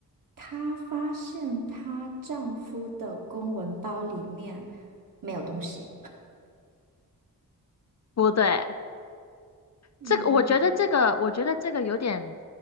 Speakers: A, on the right (about 60°); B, on the left (about 45°).
A: 她发现她丈夫的公文包里面没有东西，
B: 不对，
A: 嗯，
B: 这个我觉得这个我觉得这个有点，